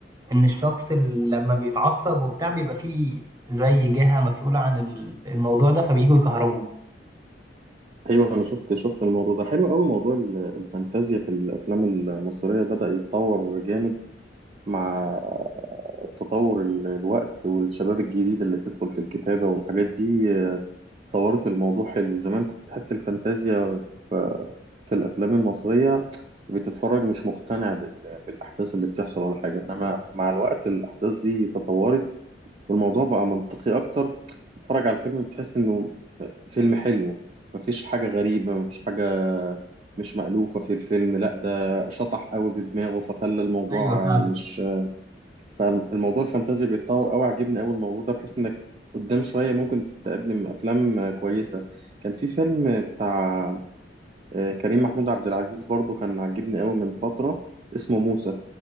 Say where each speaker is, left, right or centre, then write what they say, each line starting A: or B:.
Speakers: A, on the right (about 20°); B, on the right (about 35°).
A: ان الشخص اللي لما بيتعصب وبتاع بيبقى فيه زي جهة مسؤولة عن ال- الموضوع ده فبييجوا يكهربوه
B: ايوه انا شفت شفت الموضوع ده حلو قوي موضوع ال- الفانتازيا في الافلام المصريه بدا يتطور جامد مع تطور ال- الوقت والشباب الجديد اللي بتدخل في الكتابه والحاجات دي آه، طورت الموضوع حلو زمان كنت تحس الفانتازيا في في الافلام المصريه بتتفرج مش مقتنع بال- بالاحداث اللي بتحصل ولا حاجه انما مع الوقت الاحداث دي تطورت والموضوع بقى منطقي اكتر تتفرج على الفيلم بتحس انه فيلم حلو مفيش حاجة غريبة مفيش حاجة مش مألوفة في الفيلم لا ده شطح قوي بدماغه فخلى الموضوع
A: ايوه فعلا
B: مش فالموضوع الفانتازيا بيتطور قوي عجبني قوي الموضوع ده بحيث انك قدام شوية ممكن تقدم أفلام كويسة كان في فيلم بتاع آه، كريم محمود عبد العزيز برضو كان عجبني قوي من فترة اسمه موسى